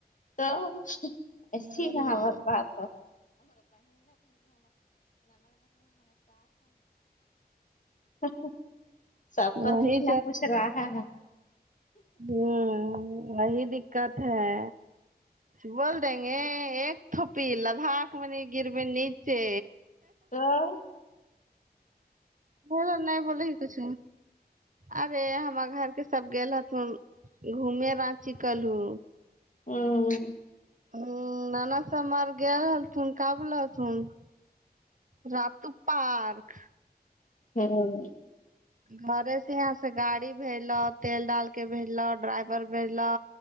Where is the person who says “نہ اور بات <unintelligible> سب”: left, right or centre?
Left